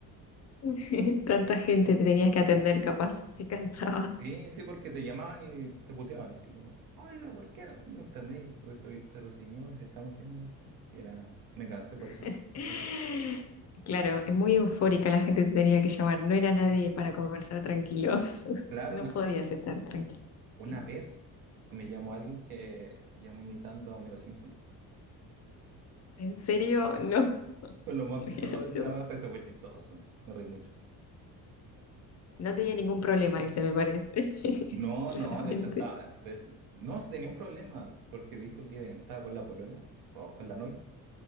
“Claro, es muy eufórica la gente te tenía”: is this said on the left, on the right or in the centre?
Left